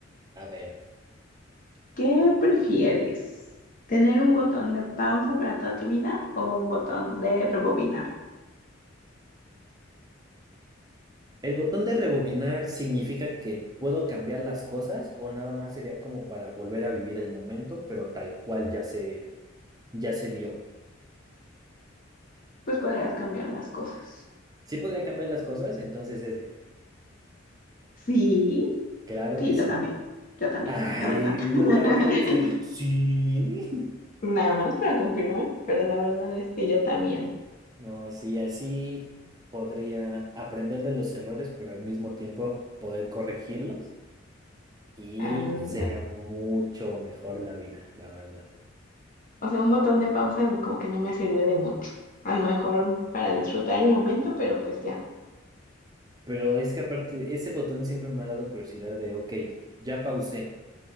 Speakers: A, on the right (about 20°); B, on the left (about 45°).
A: A ver.
B: ¿Qué prefieres? ¿Tener un botón de pausa para toda tu vida o un botón de rebobinar?
A: ¿El botón de rebobinar significa que puedo cambiar las cosas o nada más sería como para volver a vivir el momento, pero tal cual ya se, ya se dio?
B: pues podrías cambiar las cosas.
A: ¿Sí podría cambiar las cosas? Entonces ese.
B: Sí,
A: Claro
B: sí,
A: que sí.
B: yo también, yo también,
A: Ay,
B: la verdad.
A: entonces
B: <laughs>
A: ¿para qué me dices? Sí. <laughs>
B: Nada más para confirmar, pero la verdad es que yo también.
A: No, sí, así podría aprender de los errores, pero al mismo tiempo poder corregirlos y
B: Ándale.
A: sería mucho mejor la vida, la verdad.
B: O sea, un botón de pausa como que no me sirve de mucho. A lo mejor para disfrutar el momento, pero pues ya.
A: Pero es que aparte, ese botón siempre me ha dado curiosidad de, ok, ya pausé,